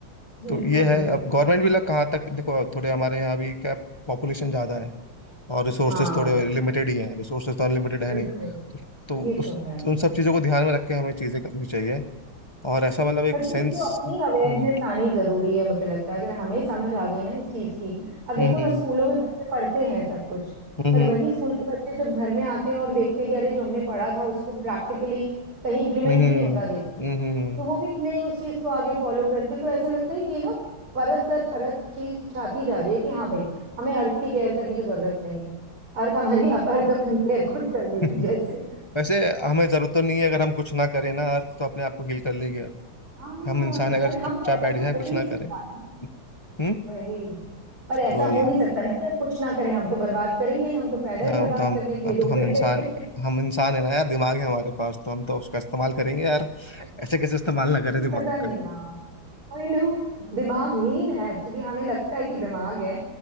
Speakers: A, on the right (about 85°); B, on the left (about 15°).
A: बिल्कुल
B: तो ये है
A: बिल्कुल
B: अब गवर्नमेंट भी लग कहाँ तक देखो थोड़े हमारे यहाँ भी क्या पॉपुलेशन ज्यादा है और रिसोर्सेज
A: हाँ
B: थोड़े लिमिटेड ही हैं रिसोर्सेज तो अनलिमिटेड है
A: बिल्कुल
B: नहीं तो, तो
A: ये
B: उस
A: तो है
B: उन सब चीज़ों को ध्यान में रख के हमें चीज़ें करनी चाहिए और ऐसा मतलब एक
A: पता
B: सेंस
A: है, ये तो अपनी
B: हम्म
A: अवेयरनेस आनी जरूरी है मुझे लगता है अगर हमें समझ आ गई ना इस चीज की अब देखो
B: हम्म
A: ना स्कूलों में बच्चे पढ़ते हैं सब कुछ
B: हम्म
A: पर वही स्कूल के बच्चे जब घर में आते हैं और देखते हैं कि अरे जो हमने पढ़ा था उसको प्रैक्टिकली कहीं इम्प्लीमेंट
B: हम्म
A: ही नहीं होता देख
B: हम्म
A: तो वो भी नहीं उस चीज को आगे फॉलो करते तो ऐसा लगता है कि ये ना परत दर परत चीज छाती जा रही है कि हाँ भाई हमें अर्थ की केयर करने की जरूरत नहीं है अर्थ हमारी अब अर्थ अपनी केयर खुद कर लेगी
B: हम्म। <laughs>
A: जैसे
B: वैसे हमें जरूरत तो नहीं है अगर हम कुछ ना करें ना अर्थ तो अपने आप को हील कर लेगी अर्थ
A: हाँ
B: हम इंसान अगर
A: पर
B: चुपचाप
A: हम ऐसा
B: बैठ
A: तो
B: जाए
A: हो
B: कुछ
A: ही नहीं
B: ना
A: सकता
B: करें
A: ना।
B: हम्म
A: वही पर ऐसा
B: वही
A: हो
B: है
A: नहीं सकता ना कि हम कुछ ना करें हम तो बर्बाद करेंगे ही हम तो पैदा ही
B: हाँ
A: बर्बाद
B: वो तो हम
A: करने के लिए
B: अब तो हम
A: हुए
B: इंसान
A: हैं। <laughs>
B: हम इंसान है ना यार दिमाग है हमारे पास तो हम तो उसका इस्तेमाल करेंगे यार ऐसे कैसे इस्तेमाल ना करें
A: पर
B: दिमाग
A: पता नहीं
B: का
A: यार आई नो दिमाग हीन है एक्चुअली हमें लगता है कि दिमाग है